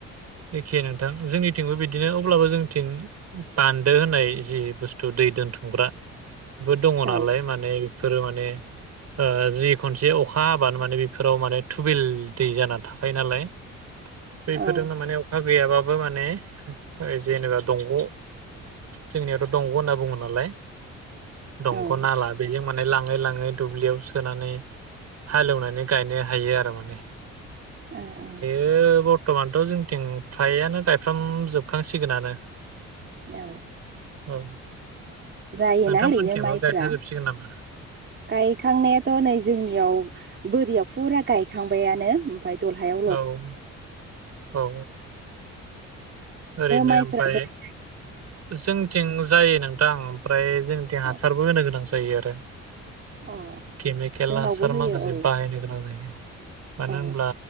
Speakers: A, on the right; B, on the right.
A: एखे नोंथां जोंनिथिंबो बिदिनो अब्लाबो जोंनिथिं बान्दो होननाय जि बुस्थु दै दोनथुमग्रा बेफोर दङ
B: औ
A: नालाय माने बेफोरो माने ओ जि खनसे अखा हाबानो माने बेफोराव माने थुबिल दै जाना थाखायो नालाय। बेफोरजोंनो
B: औ
A: माने अखा गैयाबाबो माने जेनेबा दंग' जोंनियावथ' दंग' होनना बुङो नालाय दंग'
B: ओ
A: नाला बेजों माने लाङै लाङै दुब्लियाव सोनानै हालेवनानै गायनो हायो आरो माने।
B: ओ ओ
A: बे बर्थ'मानथ' जोंथिं फ्रायानो गायफ्राम जोबखांसिगोनानो।
B: औ
A: औ
B: जायोना
A: नोंथांमोनथिबो
B: ओरैनो माइफ्रा
A: गायखां जोबसिगोन नामा?
B: गायखांनायाथ' नै जोंनियाव बोरियाव फुरा गायखांबायानो। ओमफ्राय दल हायाव
A: औ औ ओरैनो
B: माइफोरा
A: ओमफ्राय
B: बोरै
A: जोंनिथिं जायो नोंथां ओमफ्राय जोंनिथिं
B: औ
A: हासारबो
B: अ
A: होनो गोनां जायो आरो।
B: अ
A: केमिकेल
B: जोंनावबो
A: हासार
B: होयो
A: माखासे
B: औ
A: बाहायनो गोनां जायो। मानो
B: औ
A: होनब्ला